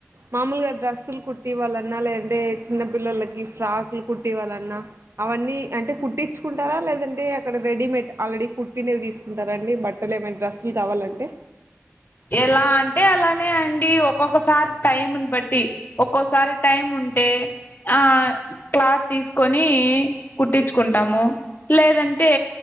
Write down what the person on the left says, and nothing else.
ఎలా అంటే అలానే అండి ఒక్కొక్కసారి టైం ని బట్టి ఒక్కోసారి టైమ్ ఉంటే ఆ క్లాత్ తీసుకొని కుట్టించుకుంటాము లేదంటే